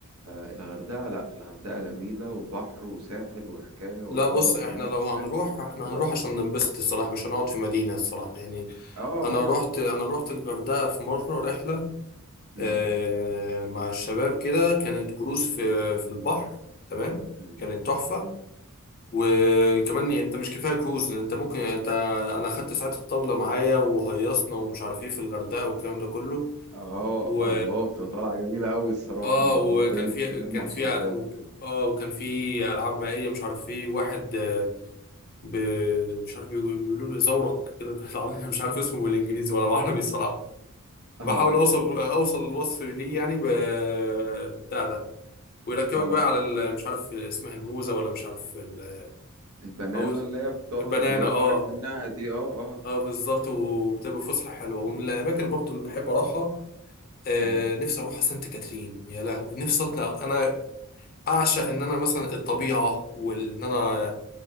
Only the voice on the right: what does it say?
آه، الغردقه لا الغردقه جميله وبحر وساحل وحكايه وروايه
وفنادق
وبتاع
بس بلد
اه
اه
آه.
مم.
مم.
اه
الله بتبقى طالعه جميله قوي الصراحه
المعتاد
تجمع
الشباب
وكده
اه
اه
اه
البنانه
اللي هي بتقعد
يوقعك
منها دي اه اه
امم